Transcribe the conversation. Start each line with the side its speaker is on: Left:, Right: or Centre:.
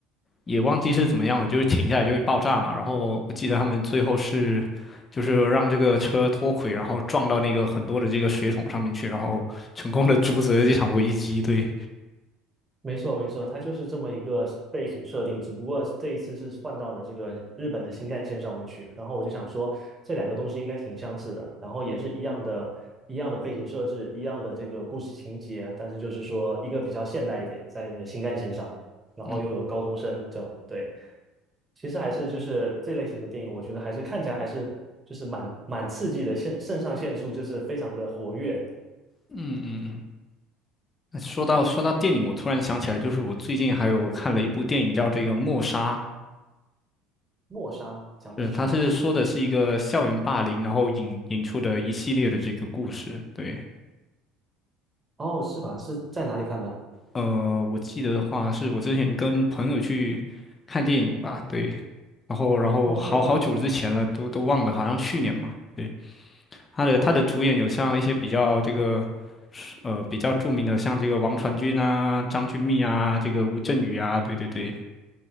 Left: 也忘记是怎么样了，就是停下来就会爆炸嘛。然后我记得他们最后是，就是让这个车脱轨，然后撞到那个很多的这个水桶上面去，然后成功的阻止了这场危机。对，
Right: 没错，没错，它就是这么一个背景设定，只不过这一次是换到了这个日本的新干线上面去。然后我就想说，这两个东西应该挺相似的，然后也是一样的，一样的背景设置，一样的这个故事情节，但是就是说一个比较现代一点，在那个新干线上，然后又有高中生这样，
Left: 嗯
Right: 对，其实还是就是这类型的电影，我觉得还是看起来还是就是蛮蛮刺激的，肾肾上腺素就是非常的活跃。
Left: 嗯嗯嗯。那说到说到电影，
Right: 是
Left: 我突然想起来，就是我最近还有看了一部电影叫这个《默杀》，
Right: 《诺莎》讲的是什么？
Left: 是它是说的是一个校园霸凌，然后引引出的一系列的这个故事。对，
Right: 哦，是吧？是在哪里看的？
Left: 呃，我记得的话，是我之前跟朋友去看电影吧，对，然后然后好好久之前了，
Right: OK OK
Left: 都都忘了，好像去年嘛，对，他的他的主演有像一些比较这个，
Right: OK
Left: 呃，比较著名的，像这个王传君啊、张钧甯啊、这个吴镇宇啊，对对对，